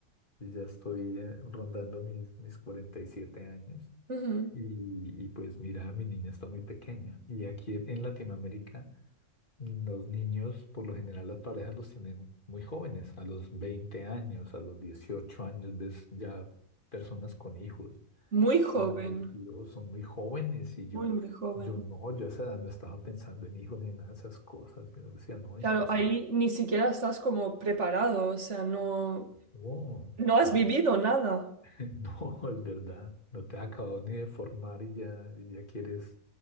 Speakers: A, on the left; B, on the right.
A: y ya estoy eh, rondando mis, mis 47 años.
B: Ujú.
A: Y, y pues mira, mi niña está muy pequeña. Y aquí en Latinoamérica, los niños, por lo general, las parejas los tienen muy jóvenes, a los 20 años, a los 18 años, ves ya personas con hijos,
B: Muy joven,
A: a los 22 son muy jóvenes. Y yo,
B: muy, muy joven.
A: yo no, yo a esa edad no estaba pensando en hijos ni en nada de esas cosas. Yo decía, no,
B: Claro,
A: imposible.
B: ahí ni siquiera estás como preparado, o sea, no,
A: No,
B: no has
A: no,
B: vivido nada.
A: <laughs> no, es verdad. No te has acabado ni de formar y ya, y ya quieres